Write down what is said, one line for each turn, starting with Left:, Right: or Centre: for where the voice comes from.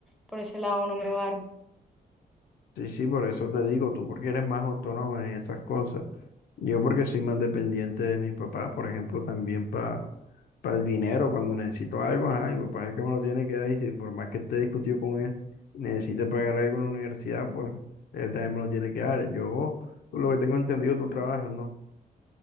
Centre: por ese lado no me va.
Left: Sí, sí, por eso te digo, tú porque eres más autónoma en esas cosas. Yo porque soy más dependiente de mis papás, por ejemplo, también para el dinero, cuando necesito algo, ajá, mi papá es el que me lo tiene que dar y si por más que esté discutido con él, necesite pagar algo en la universidad, pues él también me lo tiene que dar. Yo, por lo que tengo entendido, tú trabajas, ¿no?